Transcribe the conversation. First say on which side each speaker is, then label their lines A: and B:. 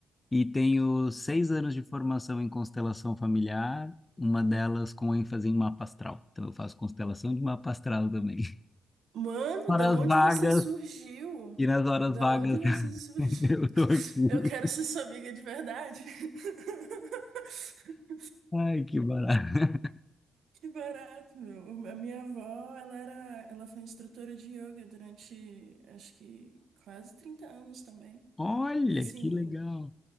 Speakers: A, on the left; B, on the right.
A: e tenho seis anos de formação em constelação familiar, uma delas com ênfase em mapa astral. Então eu faço constelação de mapa astral também.
B: Mano,
A: Horas
B: da onde
A: vagas,
B: você surgiu?
A: e nas horas
B: Da
A: vagas
B: onde você
A: <laughs>
B: surgiu?
A: eu
B: <laughs>
A: tô aqui.
B: Eu quero ser sua amiga de verdade. <laughs>
A: Ai, que barato.
B: Que barato, meu. A minha avó, ela era, ela foi instrutora de yoga durante, acho que quase 30 anos também.
A: Olha,
B: E assim,
A: que legal.